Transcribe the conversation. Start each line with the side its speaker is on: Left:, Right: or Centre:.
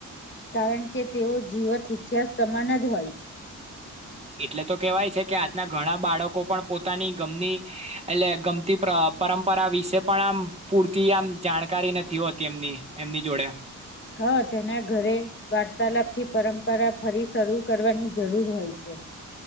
Left: કારણ કે તેઓ જીવત ઇતિહાસ સમાન જ હોય છે
Right: એટલે તો કેવાય છે કે આજના ઘણા બાળકો પણ પોતાની ગમતી એટલે ગમતી પરંપરા વિશે પણ આમ પૂરતી આમ જાણકારી નથી હોતી એમની એમની જોડે
Left: હા તેના ઘરે વાર્તાલાપ થી પરંપરા ફરી શરૂ કરવાની જરૂર હોય છે